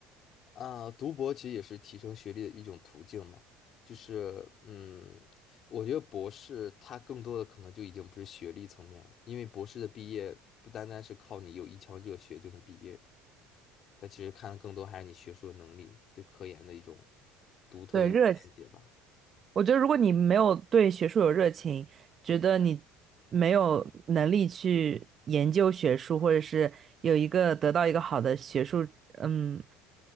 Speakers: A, on the left; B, on the right.
A: 啊，读博其实也是提升学历的一种途径嘛。就是嗯，我觉得博士他更多的可能就已经不是学历层面了，因为博士的毕业不单单是靠你有一腔热血就能毕业的，他其实看的更多还是你学术的能力，对科研的一种独特的见解吧。
B: 对，热我觉得如果你没有对学术有热情，觉得你没有能力去研究学术，或者是有一个得到一个好的学术，嗯，